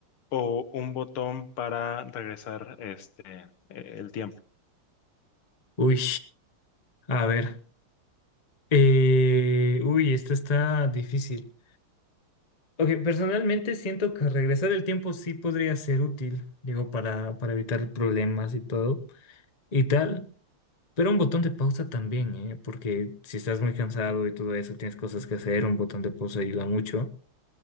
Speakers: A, on the left (about 75°); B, on the left (about 35°).
A: o un botón para regresar este, eh, el tiempo.
B: Uy, a ver. Eh, uy, esta está difícil. Ok, personalmente siento que regresar el tiempo sí podría ser útil, digo, para, para evitar problemas y todo y tal, pero un botón de pausa también, ¿eh? Porque si estás muy cansado y todo eso, tienes cosas que hacer, un botón de pausa ayuda mucho